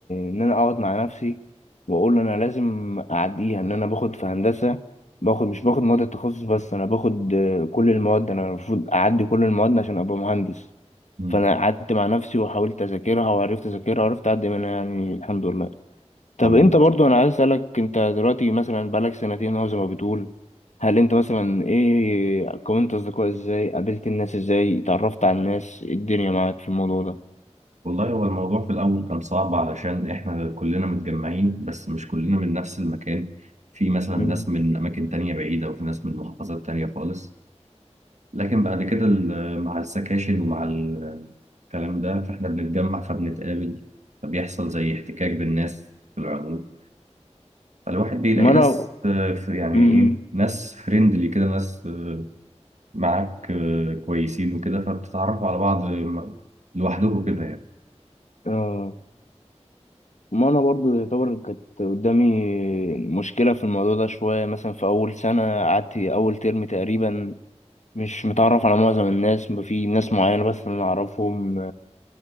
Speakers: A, on the left; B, on the right.
A: ان انا اقعد مع نفسي واقول انا لازم اعديها ان انا باخد في هندسه باخد مش باخد مواد التخصص بس انا باخد آه، كل المواد انا المفروض اعدي كل المواد عشان ابقى مهندس
B: مم.
A: فانا قعدت مع نفسي وحاولت اذاكرها وعرفت اذاكرها وعرفت اعدي منها يعني الحمد لله طب
B: الحمد
A: انت برضو انا عايز اسالك انت دلوقتي مثلا بقالك سنتين اهو زي ما بتقول هل انت مثلا ايه كونت اصدقاء ازاي قابلت الناس ازاي اتعرفت على الناس ايه الدنيا معاك في الموضوع ده
B: والله هو الموضوع في الأول كان صعب علشان إحنا كلنا متجمعين بس مش كلنا من نفس المكان في مثلا
A: مم.
B: ناس من أماكن تانية بعيدة وفي ناس من محافظات تانية خالص لكن بعد كده ال- مع السكاشن ومع ال- الكلام ده فإحنا بنتجمع فبنتقابل فبيحصل زي احتكاك بالناس في العموم فالواحد بيلاقي
A: ما
B: ناس
A: انا
B: آه، في- يعني
A: مم.
B: إيه ناس فريندلي كده ناس آه، معاك آه، كويسين وكده فبتتعرفوا على بعض آه، لوحدكم كده يعني
A: آه. ما انا برضو يعتبر كانت قدامي مشكله في الموضوع ده شويه مثلا في اول سنه قعدت اول ترم تقريبا مش متعرف على معظم الناس في ناس معينه بس انا اعرفهم